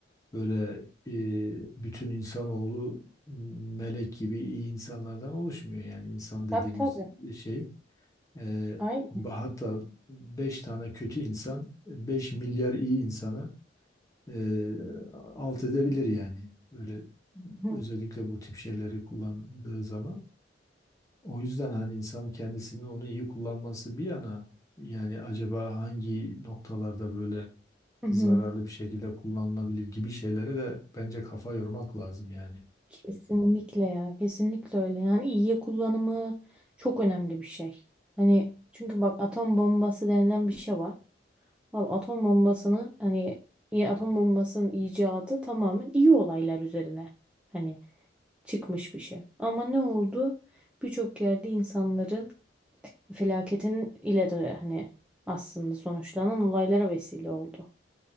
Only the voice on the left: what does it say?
böyle e, bütün insanoğlu melek gibi iyi insanlardan oluşmuyor. Yani insan dediğimiz
şey Ee,
hatta 5 tane kötü insan 5 milyar iyi insana e, alt edebilir yani. Öyle
özellikle bu tip şeyleri kullandığı zaman. O yüzden hani insan kendisinin onu iyi kullanması bir yana yani acaba hangi noktalarda böyle
zararlı bir şekilde kullanılabilir gibi şeylere de bence kafa yormak lazım yani.